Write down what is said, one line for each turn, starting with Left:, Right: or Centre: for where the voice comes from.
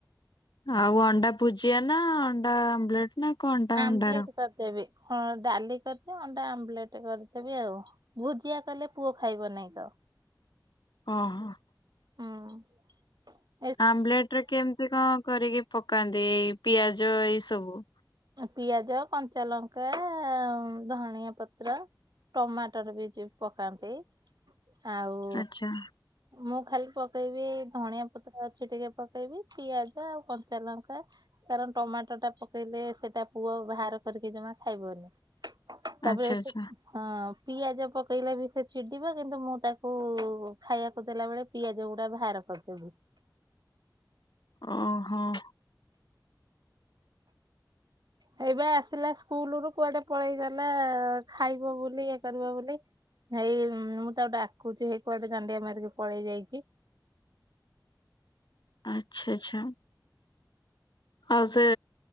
Left: ଆଉ ଅଣ୍ଡା ଭୁଜିଆ ନା ଅଣ୍ଡା ଆମ୍ଲେଟ ନା। କଣଟା
Right: ଆମ୍ବଲେଟ
Left: ଅଣ୍ଡାର?
Right: କରିଦେବି ହଁ ଡାଲି କରିଚି ଅଣ୍ଡା ଆମ୍ବଲେଟ କରିଦେବି ଆଉ। ଭୁଜିଆ କଲେ ପୁଅ ଖାଇବ ନାହିଁ ତ।
Left: ଅଁ ହଁ।
Right: ହୁଁ।
Left: ଆମ୍ଲେଟ ରେ କେମିତି କଣ କରିକି ପକାନ୍ତି ଏଇ ପିଆଜ ଏଇ ସବୁ।
Right: ପିଆଜ କଞ୍ଚା ଲଙ୍କା ଧନିଆ ପତ୍ର। ଟମାଟର ବି ଯିଏ ପକାନ୍ତି। ଆଉ
Left: ଆଛା।
Right: ମୁଁ ଖାଲି ପକେଇବି ଏଇ ଧଣିଆ ପତ୍ର ଅ ଅଛି ଟିକେ ପକେଇବି ପିଆଜ ଆଉ କଞ୍ଚା ଲଙ୍କା କାରଣ ଟମାଟୋ ଟା ପକେଇଲେ। ସେଟା ପୁଅ ବାହାର କରିକି ଜମା ଖାଇବନି। ତାପରେ
Left: ଆଚ୍ଛା ଆଚ୍ଛା
Right: ସେ ହଁ ପିଆଜ ପକେଇଲେ ବି ସେ ଚିଡିବ। କିନ୍ତୁ ମୁଁ ତାକୁ ଖାଇବାକୁ ଦେଲା ବେଳେ ପିଆଜ ଗୁଡା ଭାର କରିଦେବି।
Left: ଅଁ ହଁ।
Right: ହେଇବା ଆସିଲା ସ୍କୁଲ ରୁ କୁଆଡେ ପଳେଇଗଲା। ଖାଇବ ବୋଲି ଇଏ କରିବ ବୋଲି ‌। ହେଇ ମୁଁ ତାକୁ ଡାକୁଚି। ହେଇ କୁଆଡେ ଦାଣ୍ଡିଆ ମାରିକି ପଳେଇ ଯାଇଚି।
Left: ଆଚ୍ଛା ଛା। ଆଉ ସେ